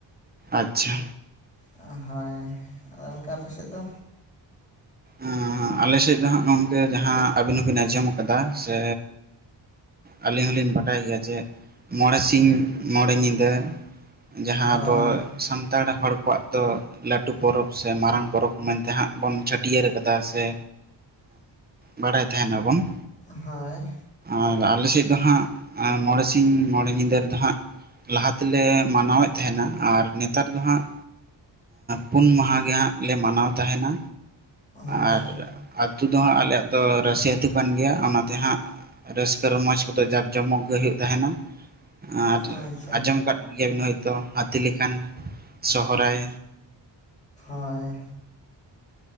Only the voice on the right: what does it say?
ᱟᱪᱪᱷᱟ
ᱮᱸ ᱟᱞᱮ ᱥᱮᱫ ᱫᱚ ᱦᱟᱸᱜ ᱜᱚᱢᱠᱮ ᱡᱟᱦᱟᱸ ᱟᱹᱵᱤᱱ ᱦᱚᱸᱵᱤᱱ ᱟᱸᱡᱚᱢ ᱠᱟᱫᱟ ᱥᱮ ᱟᱹᱞᱤᱧ ᱦᱚᱞᱤᱧ ᱵᱟᱰᱟᱭ ᱜᱮᱭᱟ ᱡᱮ ᱢᱚᱬᱮ ᱥᱤᱧ ᱢᱚᱬᱮ ᱧᱤᱫᱟᱹ ᱡᱟᱦᱟᱸ
ᱟᱵᱚ ᱥᱟᱱᱛᱟᱲ ᱦᱚᱲ ᱠᱚᱣᱟᱜ ᱫᱚ ᱞᱟᱹᱴᱩ ᱯᱚᱨᱚᱵᱽ ᱥᱮ ᱢᱟᱨᱟᱝ ᱯᱚᱨᱚᱵᱽ ᱢᱮᱱᱛᱮ ᱦᱟᱸᱜ ᱵᱚᱱ ᱪᱷᱟᱹᱴᱣ ᱴᱟᱹᱭᱟᱹᱨ ᱠᱟᱫᱟ ᱥᱮ ᱵᱟᱲᱟᱭ ᱛᱟᱦᱮᱱ ᱟᱵᱚᱱ ᱾
ᱟᱨ ᱟᱞᱮ ᱥᱮᱡ ᱫᱚ ᱦᱟᱸᱜ ᱢᱚᱬᱮ ᱥᱤᱧ ᱢᱚᱬᱮ ᱧᱤᱫᱟᱹ ᱨᱮᱫᱚ ᱦᱟᱸᱜ ᱞᱟᱦᱟ ᱛᱮᱞᱮ ᱢᱟᱱᱟᱣᱮᱫ ᱛᱟᱦᱮᱱᱟ, ᱟᱨ ᱱᱮᱛᱟᱨ ᱫᱚ ᱦᱟᱸᱜ ᱯᱩᱱ ᱢᱟᱦᱟ ᱜᱮ ᱦᱟᱸᱜ ᱞᱮ ᱢᱟᱱᱟᱣ ᱛᱟᱦᱮᱱᱟ
ᱟᱨ ᱟᱹᱛᱩ ᱫᱚ ᱦᱟᱸᱜ ᱟᱞᱮᱭᱟᱜ ᱫᱚ ᱨᱟᱹᱥᱤ ᱟᱹᱛᱩ ᱠᱟᱱ ᱜᱮᱭᱟ ᱚᱱᱟ ᱛᱮ ᱦᱟᱸᱜ ᱨᱟᱹᱥᱠᱟᱹ ᱨᱚᱢᱚᱡᱽ ᱠᱚᱫᱚ ᱡᱟᱠ ᱡᱚᱢᱚᱠ ᱜᱮ ᱦᱳᱭᱳᱜ ᱛᱟᱦᱮᱱᱟ ᱾ ᱟᱨ
ᱟᱸᱡᱚᱢ ᱠᱟᱫ ᱜᱮᱭᱟᱵᱤᱱ ᱦᱚᱭᱛᱳ ᱦᱟᱹᱛᱤ ᱞᱮᱠᱟᱱ ᱥᱚᱦᱨᱟᱭ